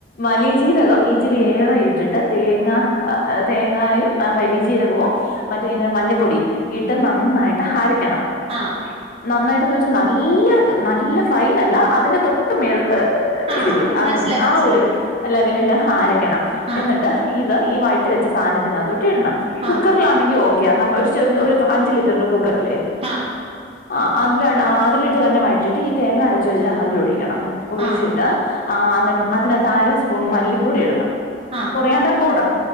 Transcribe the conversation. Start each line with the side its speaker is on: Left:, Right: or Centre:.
Left: വലീജീരകം ഇച്ചിരി ഏറെ ഇട്ടിട്ട് തേങ്ങ തേങ്ങായും വലിജീരകവും മറ്റേ എന്നാ മഞ്ഞപ്പൊടിയും ഇട്ട് നന്നായിട്ട് അരക്കണം
Right: ആഹ
Left: നന്നായിട്ട്ന്ന് വെച്ചാ നല്ല നല്ല ഫൈനല്ല അതിന്റെ തൊട്ട് മേൽ
Right: ആഹ്
Left: ഇതില്ലേ അതിന്റെ
Right: മനസ്സിലായി
Left: ആ
Right: മനസ്സിലായി
Left: ഒരു ലെവലില് അരക്കണം
Right: ആഹ്
Left: എന്നിട്ട് ഇത് ഈ വഴറ്റി വെച്ച സാനത്തിനകത്തോട്ട് ഇടണം കുക്കറിലാണെങ്കിൽ
Right: ആഹ്
Left: ഓക്കെ ന ഒരു ചെർ അഞ്ചു ലിറ്ററിന്റെ കുക്കറില്ലേ
Right: ആഹ
Left: ആഹ് അതി അതിലിട്ട് തന്നെ വഴറ്റിയിട്ട് ഈ തേങ്ങ അരച്ച് വെച്ച അതിലൊഴിക്കണം ഒഴിച്ചിട്ട്
Right: ആഹ്
Left: അത്. അതിനകത്ത് അര സ്പൂൺ മല്ലിപ്പൊടി ഇടണം
Right: ആഹ്
Left: കൊറിയാണ്ടർ പൗഡർ